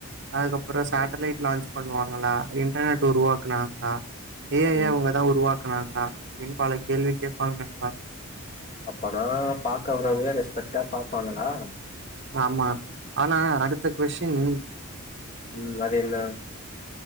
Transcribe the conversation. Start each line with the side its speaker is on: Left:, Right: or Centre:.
Right: அதுக்கப்புறம் சேட்லைட்
Left: ம்
Right: லான்ச் பண்ணுவாங்களா இன்டர்நெட் உருவாக்குனாங்களா ஏன் ஐ ய
Left: ம்.
Right: அவங்க தான் உருவா <unintelligible> இன்பால கேள்வி கேட்பாங்க நண்பா
Left: அப்பனா பாக்க வறவங்க ரெஸ்பெக்ட்டா பாப்பாங்களா
Right: ஆமா ஆனா அடுத்த கொஸ்டின்
Left: உம் அது என்ன